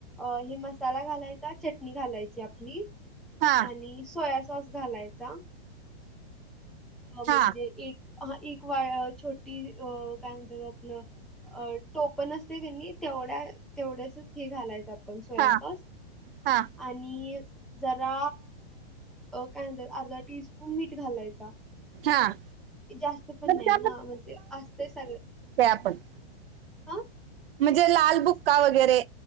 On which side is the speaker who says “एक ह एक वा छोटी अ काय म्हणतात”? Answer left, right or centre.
Centre